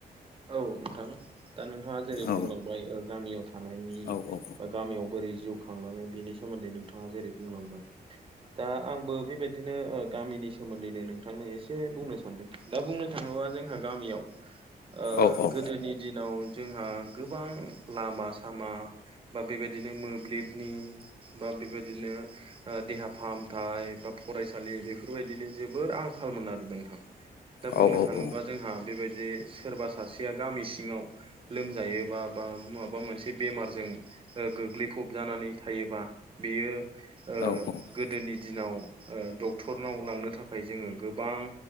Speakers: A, on the right; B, on the left.
A: औ नोंथां दा नोंथाङा जेरै
B: औ
A: बुंलांबाय ओ गामियाव थानायनि
B: औ औ
A: बा गामियाव बोरै जिउ खांलाङो बिनि सोमोन्दै नोंथाङा जेरै बुंलांबाय दा आंबो बेबायदिनो ओ गामिनि सोमोन्दैनो नोंथांनो एसे बुंनो सा सानदों दा बुंनो थाङोबा जोंहा गामियाव ओ
B: औ औ
A: गोदोनि दिनाव जोंहा गोबां लामा सामा बा बेबादिनो मोब्लिबनि बा बेबादिनो ओ देहा फाहामथाय बा फरायसालि बेफोरबायदिनि जोबोर आंखालमोन‌ आरो नोंथां दा बुंनो
B: औ
A: थाङोबा
B: औ
A: जोंहा बेबायदि सोरबा सासेया गामि सिङाव लोमजायो बा बा माबा मोनसे बेमारजों ओ गोग्लैफबजानानै थायोबा बियो ओ
B: औ
A: गोदोनि दिनाव ओ डक्टरनाव लांनो थाखाय जोङो गोबां